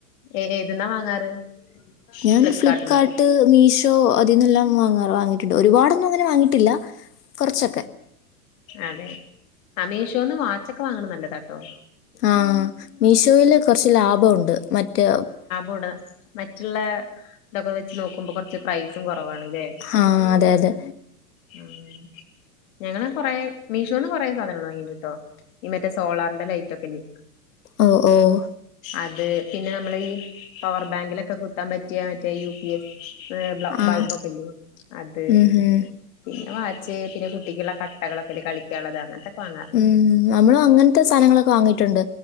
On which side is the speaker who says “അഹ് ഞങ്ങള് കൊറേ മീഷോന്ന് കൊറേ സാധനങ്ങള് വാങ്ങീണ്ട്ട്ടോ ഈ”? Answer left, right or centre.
Left